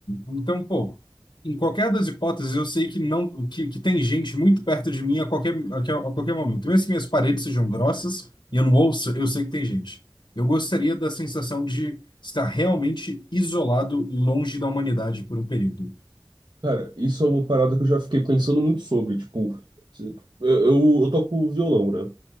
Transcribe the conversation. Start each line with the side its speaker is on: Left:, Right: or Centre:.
Left: Então, pô, em qualquer das hipóteses, eu sei que não, que, que tem gente muito perto de mim a qualquer, a, que- a qualquer momento. Mesmo que minhas paredes sejam grossas e eu não ouça, eu sei que tem gente. Eu gostaria da sensação de estar realmente isolado e longe da humanidade por um período.
Right: Cara, isso é uma parada que eu já fiquei pensando muito sobre, tipo, se- eu, eu eu toco violão, né?